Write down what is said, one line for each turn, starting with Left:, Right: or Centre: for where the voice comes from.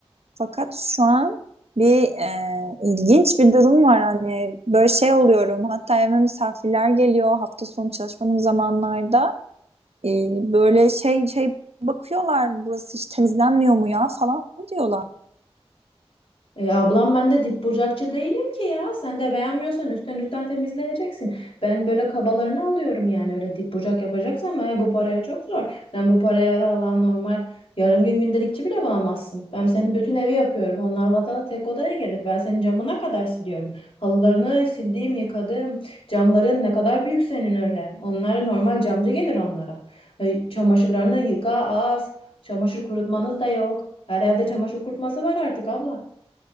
Right: Fakat şu an bir e, ilginç bir durum var. Hani böyle şey oluyorum. Hatta evime misafirler geliyor hafta sonu çalışmanın zamanlarda. E, böyle şey şey bakıyorlar burası hiç temizlenmiyor mu ya falan diyorlar.
Left: E, ablam ben de dip bucakçı değilim ki ya. Sen de beğenmiyorsan üstten üstten temizleyeceksin. Ben böyle kabalarını alıyorum yani. Öyle dip bucak yapacaksan ben bu paraya çok zor. Sen bu paraya alan normal yarım gün gündelikçi bile bulamazsın. Ben senin bütün evi yapıyorum. Onlar vada tek odaya gelir. Ben senin camına kadar siliyorum. Halılarını sildiğim, yıkadım. Camların ne kadar büyük senin öyle. Onlara normal camcı gelir onlara. E, çamaşırlarını yıka az. Çamaşır kurutmanız da yok. Her evde çamaşır kurutması var artık abla.